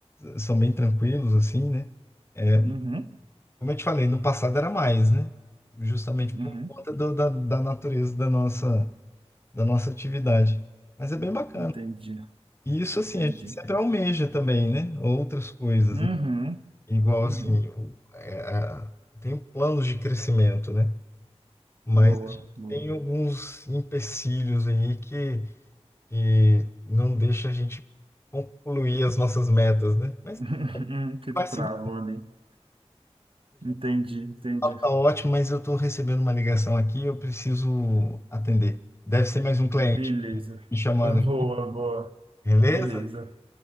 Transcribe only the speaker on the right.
Uhum,
uhum,
entendi,
entendi.
Uhum,
uhum,
boa,
boa.
<laughs>
Uhum, Que travam
ali. Entendi, entendi.
Beleza.
Boa, boa.
Beleza.